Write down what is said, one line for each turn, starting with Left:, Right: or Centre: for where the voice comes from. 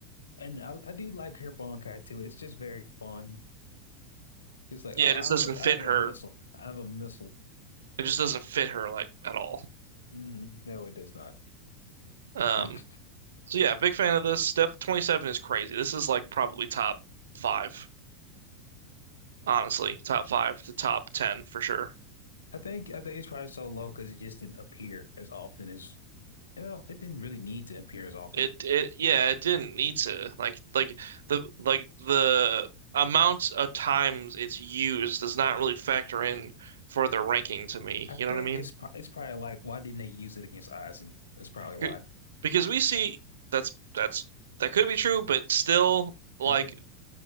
Left: And I, I do like her Bankai too. It's just very fun. It's like,
Right: Yeah,
Left: oh,
Right: it
Left: I
Right: just
Left: have
Right: doesn't
Left: a
Right: fit
Left: I have a
Right: her.
Left: missile. I have a missile.
Right: It just doesn't fit her like at all.
Left: hmm No, it does not.
Right: Um,
Left: <laughs>
Right: so yeah, big fan of this. Step 27 is crazy. This is like probably top five honestly, top five to top ten for sure.
Left: I think I think it's probably so low because it just didn't appear as often as Well, it didn't really need to appear as often.
Right: It it yeah, it didn't need to like like the like the amount of times it's used does not really factor in for the ranking to me.
Left: I
Right: You
Left: think
Right: know what I mean?
Left: it's pro it's probably like why didn't they use it against Aizen? That's probably why.
Right: C- Because we see that's that's that could be true, but still like
Left: <laughs>